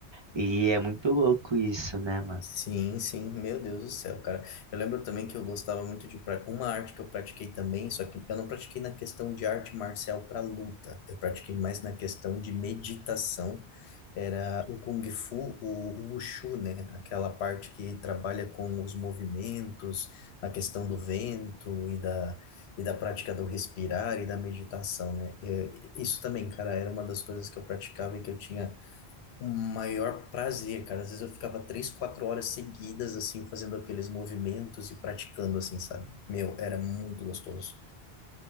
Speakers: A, on the right; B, on the left.
A: E é muito louco isso, né, mano?
B: Sim, sim, meu Deus do céu, cara. Eu lembro também que eu gostava muito de pra- uma arte que eu pratiquei também, só que eu não pratiquei na questão de arte marcial para luta. Eu pratiquei mais na questão de meditação. Era o Kung Fu, o, o Wushu, né? Aquela parte que trabalha com os movimentos, a questão do vento e da, e da prática do respirar e da meditação, né? E- e- isso também, cara, era uma das coisas que eu praticava e que eu tinha o maior prazer, cara. Às vezes eu ficava três, quatro horas seguidas, assim, fazendo aqueles movimentos e praticando, assim, sabe? Meu, era muito gostoso.